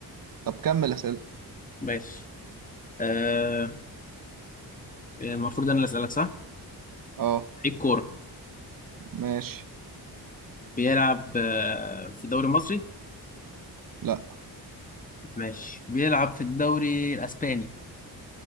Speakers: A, on the right; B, on the left.
A: طب كمل أسئلة
B: ماشي آه المفروض انا اللي اسالك صح
A: اه
B: لعيب كوره
A: ماشي
B: بيلعب آه في الدوري المصري
A: لا
B: ماشي بيلعب في الدوري الاسباني